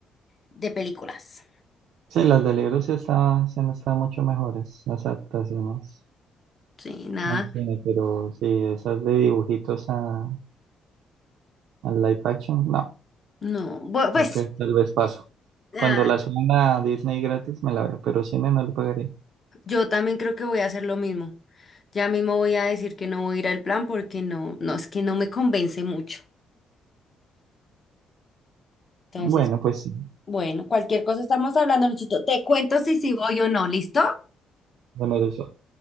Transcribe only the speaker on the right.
Sí, las de libros sí está, sí han estado mucho mejores, las adaptaciones
al cine, pero sí, esas de dibujitos a, a live action, no,
creo que tal vez paso.
Cuando las suban a Disney gratis me la veo, pero cine no le pagaría.
Bueno, pues sí,
bueno, eso.